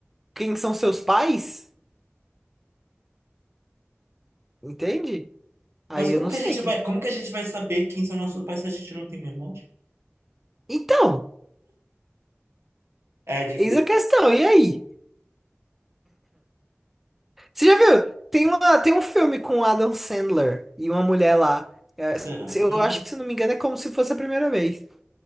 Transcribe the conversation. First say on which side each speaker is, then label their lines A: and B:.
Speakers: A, in the centre; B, on the right (about 70°).
A: quem são seus pais, entende? Aí
B: Mas e como
A: eu não
B: que
A: sei
B: a gente
A: que.
B: vai, como que a gente vai saber quem são nossos pais se a gente não tem memória?
A: Então,
B: É difícil?
A: eis a questão. E aí? Você já viu? Tem uma, tem um filme com o Adam Sandler e uma mulher lá.
B: Será?
A: Eu
B: Nunca.
A: acho que se não me engano é como se fosse a primeira vez.